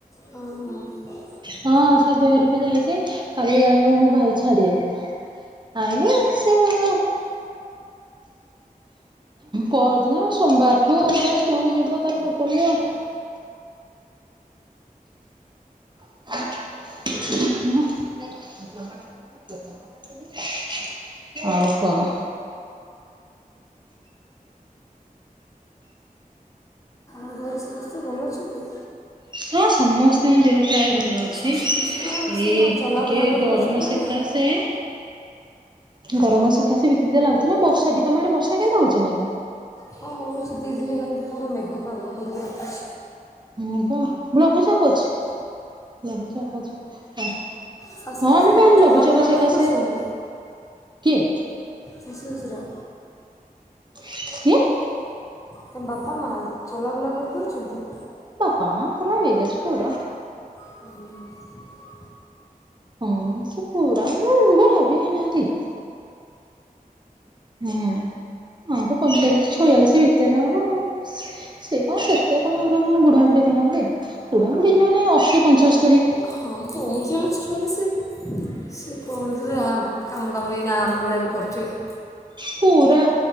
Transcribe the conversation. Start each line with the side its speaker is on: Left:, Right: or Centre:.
Left: ହଁ ହଁ।
Right: ହଁ, ସେ ବୋରକୁ ଯାଇଛି କାଲି ଆଣିବ ମୋ ଭାଇ ଛାଡ଼ିବାକୁ। ଆଇଲେ ସେ ତାର ପଅରଦିନ ସୋମବାର ଠୁ ପୁରା ସ୍କୁଲ ଯିବ ତାର ପୋପର୍ଲି ଆଉ। <unintelligible> ଆଉ କଣ?
Left: ଆ ଘରେ ସମସ୍ତେ ଭଲ ଅଛନ୍ତି?
Right: ହଁ ସମସ୍ତଙ୍କ ଦେହ ପ୍ରାୟ ଭଲ। ଛି
Left: ଶାଶୁ ଶ୍ୱଶୁର ସେ
Right: ଏଇ
Left: କ'ଣ ଚଲାବୁଲା
Right: ଟିକେ
Left: କରିପାରୁଛନ୍ତି
Right: ଗରମ ସେକା
Left: ନା ନାଇଁ
Right: ସେ ଗରମ ସକାଶେ ବିତିବିତା ଲାଗୁଥିଲା ବର୍ଷା ବି ତମ ଆଡେ ବର୍ଷା କେମିତା ହଉଛି ଏନାକେ?
Left: ହ ହଉଛି ଦିଦିନ ହେଲା ପୁରା ମେଘୁ ପାଗ କରିକି ରଖୁଛି।
Right: ହଁ ବା ଲଘୁଚାପ ଅଛି ଲଘୁଚାପ ଅଛି।
Left: ଶାଶୁ
Right: ହଁ,
Left: ଶ୍ୱଶୁର
Right: ଆମେ ପା
Left: କ'ଣ
Right: ଏଇ
Left: ଚଲାବୁଲା
Right: ଲଘୁଚାପ ସେକାଶେ,
Left: କରିପାରୁଛନ୍ତି
Right: କିଏ?
Left: ଶାଶୁ ଶଶୁର।
Right: କିଏ?
Left: ତମ ବାପା ମା ଚଲାବୁଲା କରିପାରୁଚନ୍ତି?
Right: ପା ମା ପୁରା ଇଯଶପୁର
Left: <unintelligible>
Right: ହଁ ସିଏ ପୁରା ବି ବୁଢ଼ା ବୁଢ଼ୀ ହେଇନାହାନ୍ତି। ହୁଁ, ଆ ଙ୍କୁ ପଇଁଚାଳିଶ ଛୟାଳିଶ ଭିତରେ ହବ ଆଉ। ସେ କଣ ସେତେ କଣ ଏର ବୁଢ଼ା ବୁଢ଼ୀ ଧରନ୍ତି ବୁଢାବୁଢୀ ଯୋଉମାନେ ଏଇ ଅଶୀ ପଞ୍ଚସ
Left: ହଁ ପାଇଂଚାଳିଶି ଛାୟାଳିସି ସେ କଣ ଯେ ରା କାମ ଦାମ ବି ଏଇନା ଆମ ଭଳିଆ ବି କରୁଥିବେ।
Right: ପୁରା